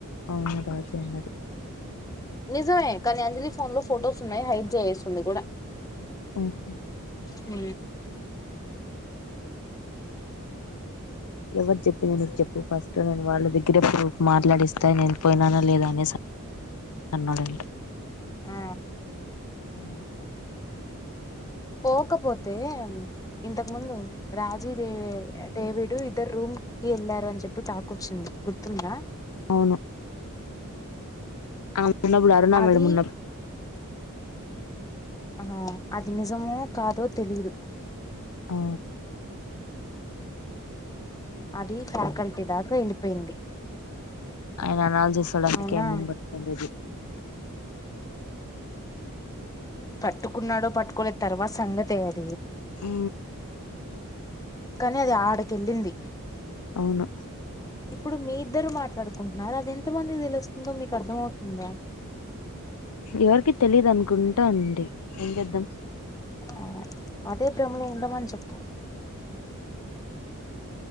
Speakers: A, on the left; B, on the left.
A: మ రాజ అన్నది
B: నిజమే కానీ అంజలి ఫోన్ లో ఫొటోస్ ఉన్నాయి హైడ్ చేయేస్తుంది కూడా.
A: ఓహో
B: హ
A: ఎవరు చెప్పినా నీకు చెప్పు ఫస్ట్ నేను వాళ్ళ దగ్గరే ప్రూఫ్ మాట్లాడిస్తా నేను పోయినానా లేదా అనే అన్నాదంట.
B: ఆ
A: అ
B: పోకపోతే ఇంతకు ముందు రాజీ దేవి దడేవిడు ఇద్దరు రూమ్ కి వెళ్లారు అని చెప్పి టాక్ వచ్చింది గుర్తుందా.
A: అవును అవు ఉన్నప్పుడాారు నా
B: అది
A: మేడం ఉన్న.
B: ఆ అది నిజమో కాదో తెలీదు
A: ఓ
B: అది ఫ్యాకల్టీ దాకా వెళ్ళిపోయింది.
A: అయనా న సొడనికి
B: అవునా
A: ఎమ్మన్ బట్కంది
B: పట్టుకున్నాడో పట్టుకునే తర్వాత సంగతి అయ్యదు.
A: అ
B: కాని అది ఆడికెళ్ళింది
A: అవును
B: ఇప్పుడు మీ ఇద్దరు మాట్లాడుకుంటున్నారు అది ఎంతమంది తెలుస్తుందో మీకు అర్ధ అవుతుందా.
A: ఎవరికి తెలీదు అనుకుంటా అండి ఏం చేద్దాం.
B: ఆ అదే భ్రమలో ఉండమని చెప్తాం